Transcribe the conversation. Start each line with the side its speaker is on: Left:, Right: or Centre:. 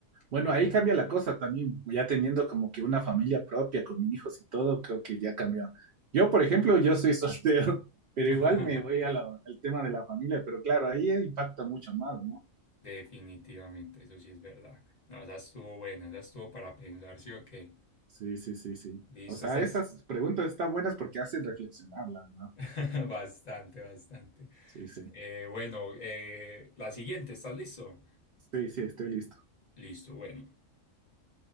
Right: Bueno,
Left: Pero...
Right: ahí cambia la cosa también, ya teniendo como que una familia propia con hijos y todo, creo que ya cambió. Yo, por ejemplo, yo soy soltero, <laughs> pero
Left: <laughs>
Right: igual me voy a la- al tema de la familia, pero claro, ahí impacta mucho más, ¿no?
Left: Definitivamente, eso sí es verdad. No, esa estuvo buena, esa estuvo para pensar, ¿sí o qué?
Right: Sí, sí, sí, sí.
Left: Listo,
Right: O sea,
Left: Sí. estás
Right: esas preguntas están buenas porque hacen reflexionar, la verdad.
Left: <laughs> bastante, bastante.
Right: Sí, sí.
Left: Eh, bueno, eh, la siguiente, ¿estás listo?
Right: Sí, sí, estoy listo.
Left: Listo, bueno.